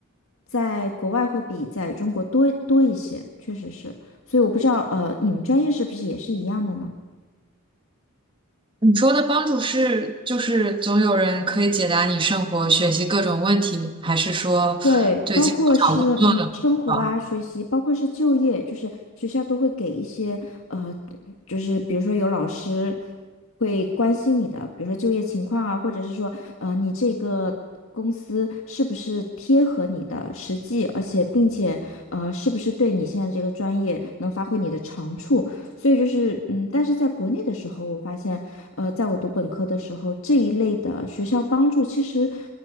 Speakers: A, on the left (about 70°); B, on the right (about 25°).
A: 在国外会比在中国多多一些，确实是。所以我不知道，呃，你们专业是不是也是一样的呢？
B: 你说的帮助是，就是总有人可以解答你生活、学习各种问题，还是说对这个找工作的帮助？
A: 对，包括是嗯生活啊、学习，包括是就业，就是学校都会给一些呃，就是比如说有老师会关心你的，比如说就业情况啊，或者是说呃你这个公司是不是贴合你的实际，而且并且呃是不是对你现在这个专业能发挥你的长处，所以就是嗯，但是在国内的时候，我发现呃在我读本科的时候，这一类的学校帮助其实